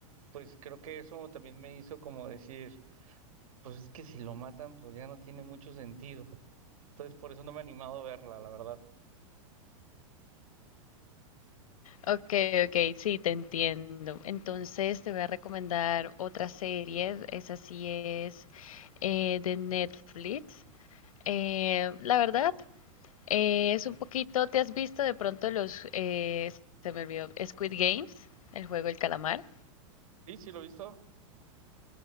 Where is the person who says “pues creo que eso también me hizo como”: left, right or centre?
Right